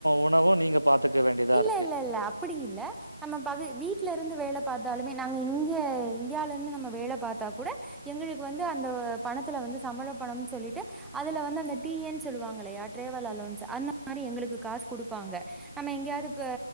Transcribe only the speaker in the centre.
இல்லெல்ல
இல்ல அப்புடி இல்ல நம்ம பக வீட்ல ருந்து வேல பாத்தாலுமே நாங்க இங்க இந்தியாலெந்து நம்ம வேல பாத்தா கூட எங்களுக்கு வந்து அந்த பணத்துல வந்து சம்பள பணம் சொல்லிட்டு அதுல வந்து அந்த டி என் சொல்லுவாங்கலயா ட்ராவல் அலொவ்ன்சு அந்த மாரி எங்களுக்கு காசு குடுப்பாங்க நம்ம எங்யா துப்ப